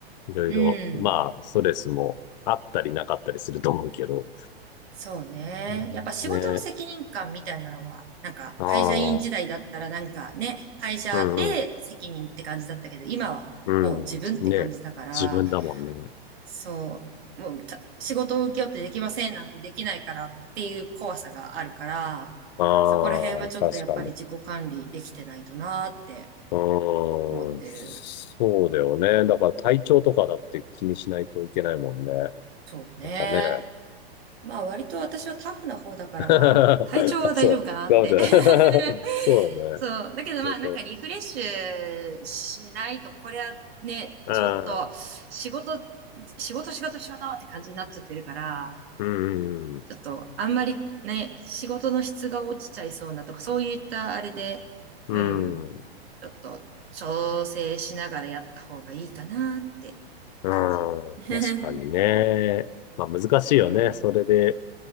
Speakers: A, on the left; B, on the right.
A: いろいろ、
B: うん。
A: まあ、ストレスもあったりなかったりすると思うけど。
B: そうね。
A: うんねえ。
B: やっぱ仕事の責任感みたいなのは、なんか会社員時代だったらなんかね、
A: ああ、
B: 会社で責任って感じだったけど、
A: うんうん。
B: 今はもう自分って感じだから、
A: うん。ねえ。自分だもんね。
B: そう、もうた仕事を請け負ってできませんなんてできないからっていう怖さがあるから、
A: ああ、
B: そこら辺はちょっとやっぱり自己管理できてないとなーって
A: 確かに。う
B: 思ってる。
A: ーん。そうだよね。だから体調とかだって気にしないといけないもんね。
B: そうね。
A: なんかね。
B: まあ割と私はタフな方だからまあ体調は大丈夫かなって
A: <laughs> あ、そう。ガムちゃん。
B: <laughs>
A: <laughs> そうだね。
B: そう。だけどまあなんかリフレッシュしないとこれはね、
A: そうか。
B: ちょっと仕事、
A: ああ、
B: 仕事仕事仕事って感じになっちゃってるから、
A: うん。
B: ちょっとあんまりね、仕事の質が落ちちゃいそうなとかそういったあれで、
A: うん。
B: うん、ちょっと調整しながらやった方がいいかなって感じ。
A: うん。
B: <laughs>
A: 確かにね。まあ難しいよね。
B: うん、
A: それで、